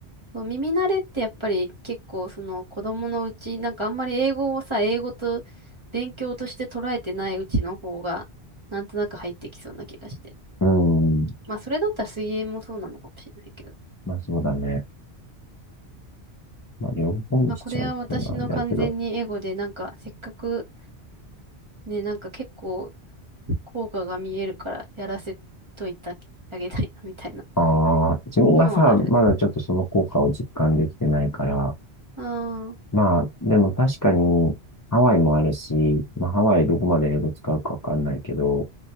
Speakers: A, on the right; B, on the left.
A: そう耳慣れってやっぱり結構その子供のうち、なんかあんまり英語をさ、英語と勉強として捉えてないうちの方がなんとなく入ってきそうな気がして。
B: うん。
A: まあそれだったら水泳もそうなのかもしれないけど。
B: まあ、そうだね。まあ、両方にしちゃうっていうのはあれだけど、
A: まあこれは私の完全にエゴでなんかせっかくね、なんか結構効果が見えるからやらせといてあげたいなみたいな
B: ああ、自分がさ、
A: のはある。
B: まだちょっとその効果を実感できてないから、
A: ああ、
B: まあ、でも確かに、ハワイもあるし、まあ、ハワイどこまで英語使うかわかんないけど、